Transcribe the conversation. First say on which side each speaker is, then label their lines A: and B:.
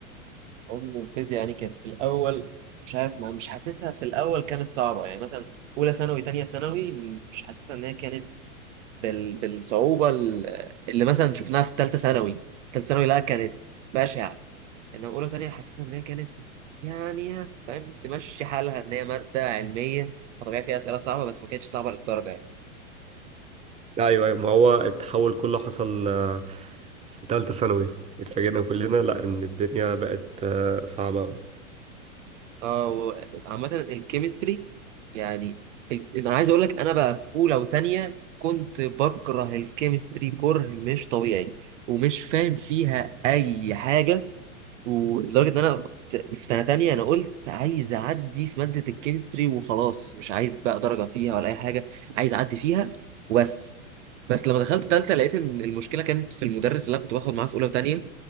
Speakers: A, on the right; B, on the right.
A: ام الفيزياء يعني كانت في الاول مش عارف ما مش حاسسها في الاول كانت صعبه يعني مثلا اولى ثانوي تانية ثانوي مش حاسسها ان هي كانت بال... بالصعوبه ال- اللي مثلا شفناها في ثالثه ثانوي ثالثه ثانوي لا كانت بشعه انما اولى وتانية حاسسها ان هي كانت يعني ها، فاهم تمشي حالها ان هي ماده علميه فطبيعي فيها اسئله صعبه بس ما كانتش صعبه للدرجه يعني
B: لا ايوه أيوة، ما هو التحول كله حصل آه، في تالتة ثانوي اتفاجئنا كلنا لا ان الدنيا بقت آه، صعبة قوي
A: اه و- عامة الكيمستري يعني ال- انا عايز اقول لك انا بقى في اولى وتانية كنت بكره الكيمستري كره مش طبيعي ومش فاهم فيها اي حاجة ولدرجة ان انا كنت في سنة تانية انا قلت عايز اعدي في مادة الكيمستري وخلاص مش عايز بقى درجة فيها ولا اي حاجة عايز اعدي فيها وبس بس لما دخلت تالتة لقيت ان المشكلة كانت في المدرس اللي انا كنت باخد معاه في اولى وتانية